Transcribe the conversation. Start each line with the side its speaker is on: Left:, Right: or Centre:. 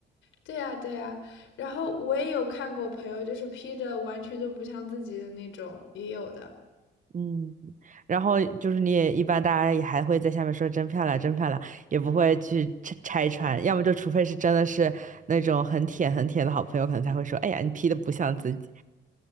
Left: 对呀，对呀，然后我也有看过朋友，就是 P 的完全都不像自己的那种，也有的。
Right: 嗯。然后就是你也一般大家也还会在下面说真漂亮，真漂亮，也不会去拆拆穿，要么就除非是真的是那种很舔很舔的好朋友，可能才会说，哎呀，你 P 的不像自己。